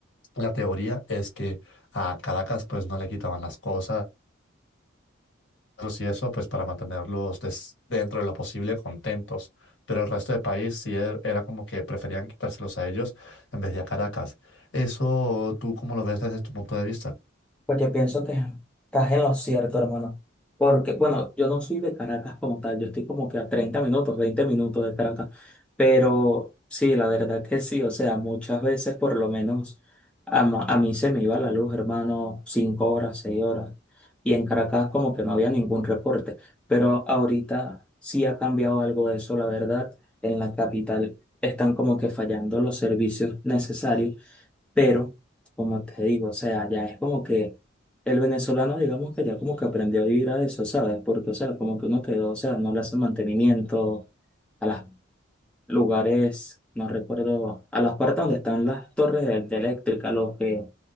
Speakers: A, on the left; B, in the centre.
A: la teoría es que a Caracas pues no le quitaban las cosas y eso pues para mantenerlos des- dentro de lo posible contentos, pero el resto del país sí er- era como que preferían quitárselos a ellos en vez de a Caracas. ¿Eso tú cómo lo ves desde tu punto de vista?
B: Pues yo pienso que estás en lo cierto, hermano. Porque, bueno, yo no soy de Caracas como tal, yo estoy como que a 30 minutos, 20 minutos de Caracas. Pero sí, la verdad que sí, o sea, muchas veces por lo menos a, ma- a mí se me iba la luz, hermano, 5 horas, 6 horas. Y en Caracas como que no había ningún reporte. Pero ahorita sí ha cambiado algo de eso, la verdad. En la capital están como que fallando los servicios necesarios pero, como te digo, o sea, ya es como que el venezolano, digamos que ya como que aprendió a vivir a eso, ¿sabes? Porque, o sea, como que uno quedó, o sea, no le hace mantenimiento a los lugares, no recuerdo, a las partes donde están las torres de, de eléctrica, los que